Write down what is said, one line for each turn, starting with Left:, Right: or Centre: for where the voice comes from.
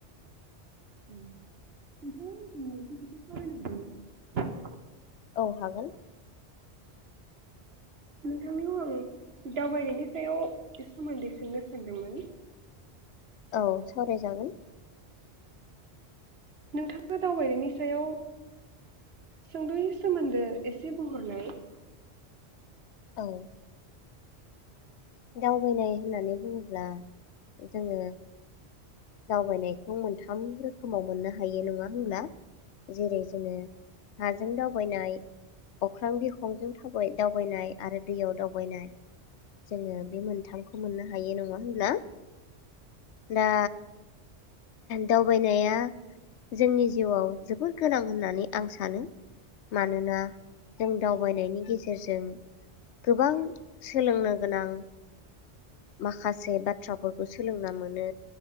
Right: <unintelligible>
Left: औ हागोन
Right: नोंथांनियाव आं दावबायनायनि सायाव सोमोन्दै सोंनो सानदोंमोन
Left: औ सावरायजागोन
Right: नोंथाङा दावबायनायनि सायाव सोंदयै सोमोन्दो एसे बुंहरनाय
Left: औ दावबायनाय होननानै बुङोब्ला जोङो दावबायनायखौ मोनथाम रोखोमाव मोननो हायो नङा होनब्ला जेरै जोङो हाजों दावबायनाय अख्रां बिरखंजों दावबायनाय आरो दैयाव दावबायनाय जोङो बे मोनथामखौ मोननो हायो नङा होनब्ला दा दावबायनाया जोंनि जिउआव जोबोर गोनां होननानै आं सानो मानोना जों दावबायनायनि गेजेरजों गोबां सोलोंनो गोनां माखासे बाथ्राफोरखौ सोलोंना मोनो